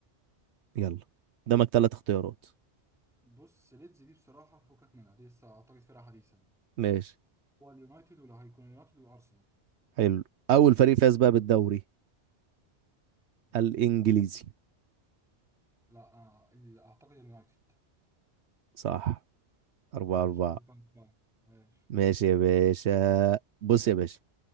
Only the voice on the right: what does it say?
يلا قدامك ثلاث اختيارات
ماشي
حلو اول فريق فاز بقى بالدوري
الانجليزي
صح أربعة
أربعة
ماشي
يا باشا بص يا باشا